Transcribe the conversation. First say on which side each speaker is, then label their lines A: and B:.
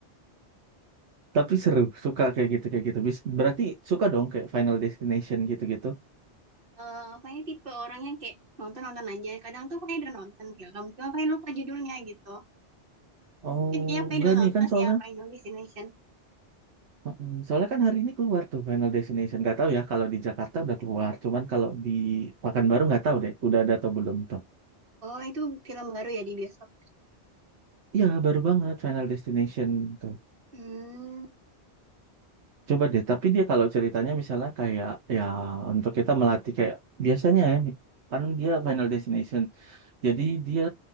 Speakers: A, on the right (about 75°); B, on the right (about 55°).
A: Tapi seru, suka kayak gitu, kayak gitu. Bis- Berarti suka dong kayak Final Destination gitu-gitu.
B: Eh, pokoknya tipe orang yang kayak nonton-nonton aja kadang tuh pokoknya udah nonton film cuma paling lupa judulnya gitu
A: Oh,
B: intinya kayaknya pokoknya
A: enggak
B: udah nonton
A: nih kan soalnya.
B: sih yang Final Destination
A: Mm-mm. Soalnya kan hari ini keluar tuh Final Destination. Gak tahu ya kalau di Jakarta udah keluar. Cuman kalau di Pekanbaru nggak tahu deh, udah ada atau belum tuh.
B: oh itu film baru ya di bioskop
A: Iya, baru banget Final Destination tuh.
B: Hmm.
A: Coba deh, tapi dia kalau ceritanya misalnya kayak ya untuk kita melatih kayak biasanya ya, kan dia Final Destination. Jadi dia